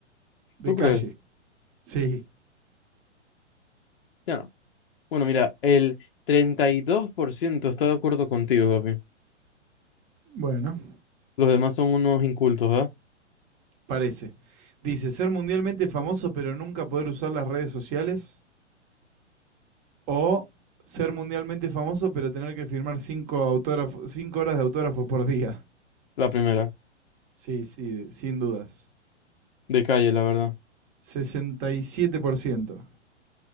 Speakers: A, on the right; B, on the left.
A: De
B: ¿tú crees?
A: calle. Sí.
B: Ya no. Bueno, mira, el 32% está de acuerdo contigo, papi.
A: Bueno.
B: Los demás son unos incultos, ¿verdad?
A: Parece. Dice, ser mundialmente famoso pero nunca poder usar las redes sociales. O ser mundialmente famoso pero tener que firmar cinco, autógrafos, cinco horas de autógrafo por día.
B: La primera,
A: Sí, sí, sin dudas.
B: de calle, la verdad.
A: sesenta y siete por ciento